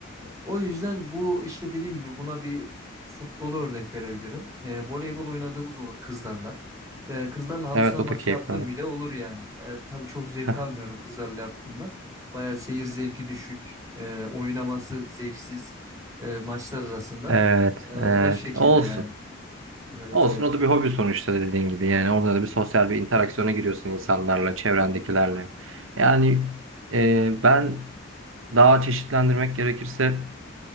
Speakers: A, on the right; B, on the right.
A: O yüzden bu işte dediğim gibi buna bir futbolu örnek verebilirim. E, voleybol oynadığımız olur kızlarla. E, kızlarla halı
B: Evet
A: saha
B: o
A: maçı
B: da keyifli
A: yaptığım
B: olur.
A: bile olur yani. E, tabii çok zevk
B: <laughs>
A: almıyorum kızlarla yaptığımda. Bayağı seyir zevki düşük, e, oynaması zevksiz e, maçlar arasında.
B: Evet,
A: E, o
B: evet.
A: şekilde
B: Olsun.
A: yani. Evet
B: Olsun
A: evet.
B: o da bir hobi sonuçta dediğin gibi. Yani orada da bir sosyal bir interaksiyona giriyorsun insanlarla, çevrendekilerle. Yani e, ben daha çeşitlendirmek gerekirse